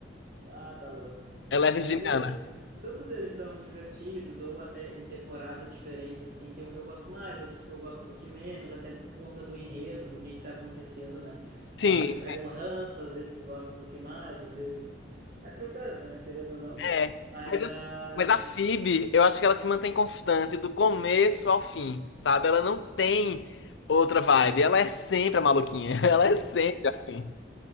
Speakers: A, on the right (about 50°); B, on the left (about 80°).
A: Ah, tá louco.
B: ela é virginiana.
A: Mas eles, todos eles são divertidos, ou até em temporadas diferentes, assim, tem um que eu gosto mais, outro que eu gosto um pouquinho menos, até por conta do enredo, do que que tá acontecendo, né?
B: Sim,
A: Às vezes tu pega um ranço, às vezes tu gosta um pouquinho mais, às vezes vai trocando, né? Querendo ou não.
B: é.
A: Mas
B: Mas,
A: ah,
B: eu- mas a Phoebe, eu acho que ela se mantém constante do começo ao fim, sabe? Ela não tem outra vibe. Ela é sempre a maluquinha. <laughs> Ela é sempre assim.